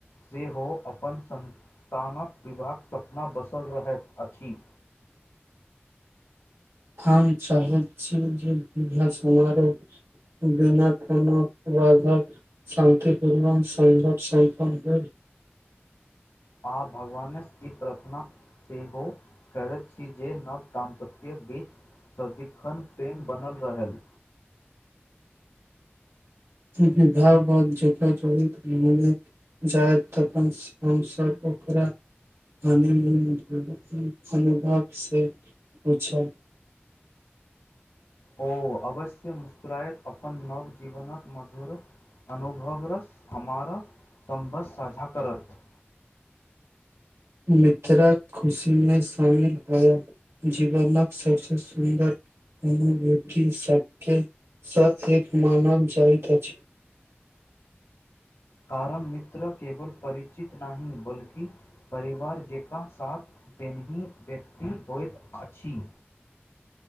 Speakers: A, on the left (about 80°); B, on the right (about 85°).
A: सेहो अपन संतानक विवाहक सपना बसल रहैत अछि।
B: हम चाहैत छी जे विवाह समारोह बिना कोनो बाधा शान्तिपूर्वण संघट सम्पन्न हो।
A: आ भगवानेसँ ई प्रार्थना। सेहो करैत छी जे नव-दाम्पत्य बीच। सदिखन प्रेम बनल रहल।
B: विवाह बाद जकरा मने जाय तखन हमसब ओकरा हनीमुन अनुभव से पूछब।
A: ओ अवश्य मुस्कुराएत, अपन नव-जीवनक मधुर अनुभव रस हमर सम्भस साझा करत।
B: मित्रक खुशी में शामिल होयब, जीवनक सबसे सुन्दर अनुभूति सबकेसँ एक मानल जाइत अछि।
A: कारण मित्र केवल परिचित नहि बल। कि परिवार जेका। साथ देनहि व्यक्ति होइत अछि।